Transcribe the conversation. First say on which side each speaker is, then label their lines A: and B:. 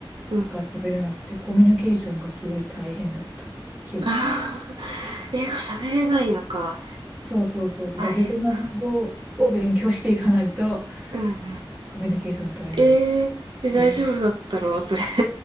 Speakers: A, on the right; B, on the right.
A: うん。
B: が喋れなくてコミュニケーションがすごい大変だった記憶。
A: あー、英語喋れないのか。
B: そうそうそうそう。
A: 大変だ。
B: だからベトナム語を勉強していかないと
A: うんうんうん。
B: コミュニケーション取れないっ
A: えー、え、
B: ていう。
A: 大丈夫だったのそれ。